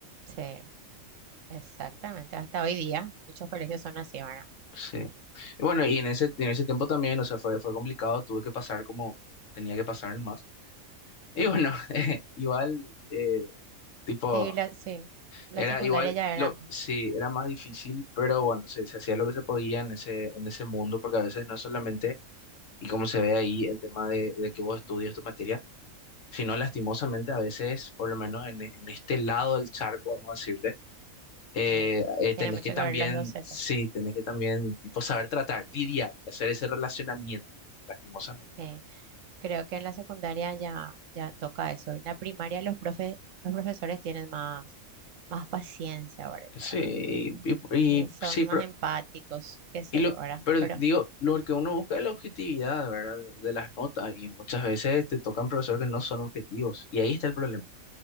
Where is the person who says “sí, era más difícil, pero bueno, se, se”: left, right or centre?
Left